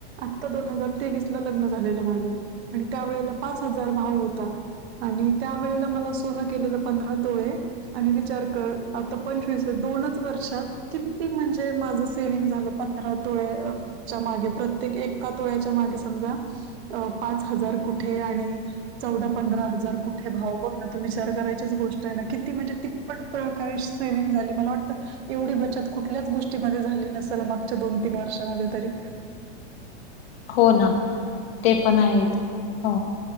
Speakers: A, on the right; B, on the left.
A: आत्ता दोन हजार तेवीस ला लग्न झालेलं माझं आणि त्यावेेळेला पाच हजार भाव होता आणि त्यावेेळेला मला सोनं केलेलं पंधरा तोळे आणि विचार कर आता पंचवीस दोनच वर्षात किती म्हणजे माझं सेव्हंग झालं पंधरा तोळ्याच्या मागे प्रत्येक एका तोळ्याच्या मागे समजा अ पाच हजार कुठे आणि चौदा पंधरा हजार कुठे भाव बघण तू विचार करायचीच गोष्ट आहे ना किती म्हणजे त पटकन काही सेव्हंग झालीं मलां असं वाटतं एवढी बचंत कुठल्यांच गोष्टींमध्ये झालीं नसेल मागच्यां दोन तीन वर्षांमध्ये तरी
B: हो नां ते पणं आहेतं अ